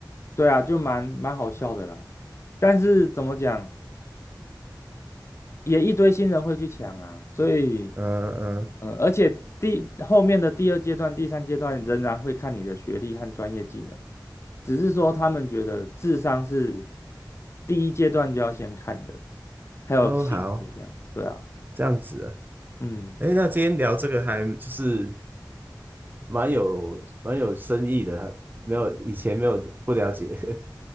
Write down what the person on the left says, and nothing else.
对啊，就蛮蛮好笑的啦。但是怎么讲，也一堆新人会去抢啊，所以
嗯，而且第后面的第二阶段、第三阶段仍然会看你的学历和专业技能，只是说他们觉得智商是第一阶段就要先看的，还有性格这样，
对啊，
嗯，